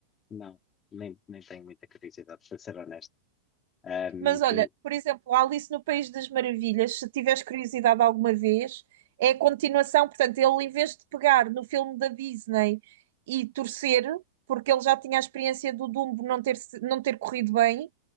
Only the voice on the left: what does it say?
não, nem, nem tenho muita curiosidade, para ser honesto. Ahm,
eu,